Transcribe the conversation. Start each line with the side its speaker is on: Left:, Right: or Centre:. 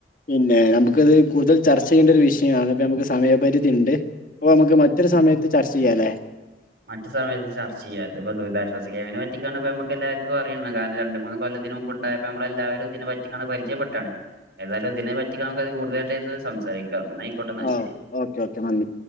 Left: പിന്നെ നമുക്കത് കൂടുതൽ ചർച്ച ചെയ്യേണ്ട ഒരു വിഷയമാണ് ഇപ്പ നമുക്ക് സമയപരിധി ഉണ്ട്. അപ്പ നമുക്ക് മറ്റൊരു സമയത്ത് ചർച്ച ചെയ്യാല്ലേ.
Right: മറ്റ് സമയത്ത് ചർച്ച ചെയ്യ അ ഇതിപ്പോ ദുരിതാശ്വാസ കേമ്പിനെ പറ്റിക്കാന്പ നമുക്ക് എല്ലാവർക്കും അറിയാം കാരണം രണ്ട് മൂന്ന് കൊല്ലത്തിന് മുമ്പുണ്ട. അ നമ്മളെല്ലാവരും ഇതിനെ പറ്റി പരിചയപ്പെട്ടാണ്. ഏതായാലും ഇതിനെ പറ്റി നമുക്ക് അത് കൂടുതലായിട്ട്ത് സംസാരിക്കാംന്നായിക്കോട്ടെ എന്നാ
Left: ഓക്കെ
Right: ശരി.
Left: ഓക്കെ ഓക്കെ നന്ദി.